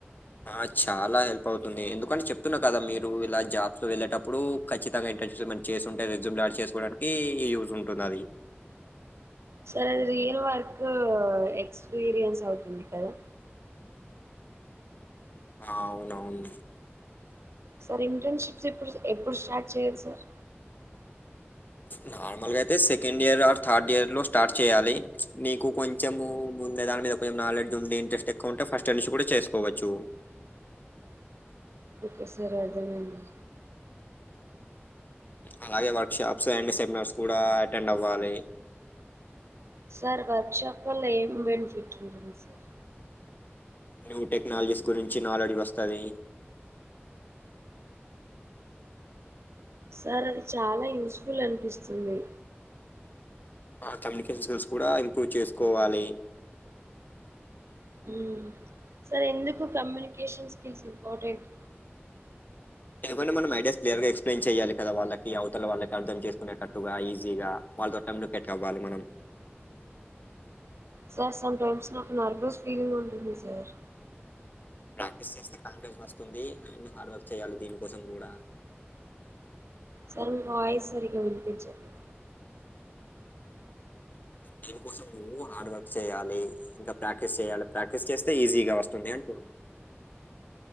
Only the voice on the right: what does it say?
సార్ అది రియల్ వర్క్ ఎక్స్పీరియన్స్ అవుతుంది కదా
సార్ ఇంటర్న్షిప్స్ ఎప్పుడు ఎప్పుడు స్టార్ట్ చేయాలి సార్
ఓకే సార్ అర్థం అయింది
సార్ వర్క్ షాప్ ల లో ఏం బెన్ఫిటుంటది సార్
సార్ అది చాలా యూస్ఫుల్ అనిపిస్తుంది
ఊ సార్ ఎందుకు కమ్యూనికేషన్ స్కిల్స్ ఇంపార్టెంట్
సర్ సం టైమ్స్ నాకు నర్వస్ ఫీలింగ్ ఉంటుంది సార్
సార్ మీ వాయిస్ సరిగా వినిపించట్లే